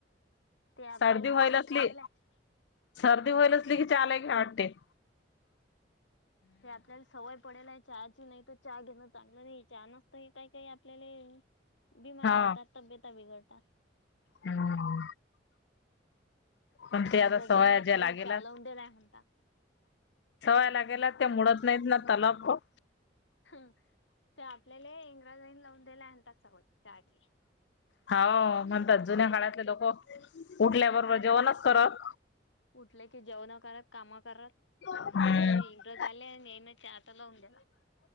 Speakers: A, on the left; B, on the left.
A: ते आपल्याला
B: सर्दी व्हांयला
A: सवय
B: असली
A: पडेल आहे
B: सर्दी होईल असली की चालतं कायं वाटते
A: आपल्यांला सवयं पडेला आहे हांची नाहीं तरं चहा घेणं चांगलं नाहीं हां नसतं हे कायं कांहीं आपल्याला बीमार्या
B: हा
A: होतांत तब्यंता बिघडतांत
B: हम्मं पणं ते
A: इंग्रजांना
B: आंता सवयां
A: आपल्याला
B: ज्यां लागेल
A: चहा लावून दिलाय म्हणतात.
B: सवयंला गेलां ते मुडतं नाहींत नां तलाबं
A: हं ते आपल्यांला इंग्रजांनी लावूंन दिल्या आणतांत सवयंजी
B: हो म्हणतांत जुन्यां काळांतले
A: आपले
B: लोकं उठल्यांबरोबर
A: जुन्या काळातले
B: जेवणं
A: लोक
B: चं करतं
A: उठले की जेवणं करतं कामं करतं पणं
B: हम्म
A: हे इंग्रज आले आणि येनां चं आंता लावूंन द्या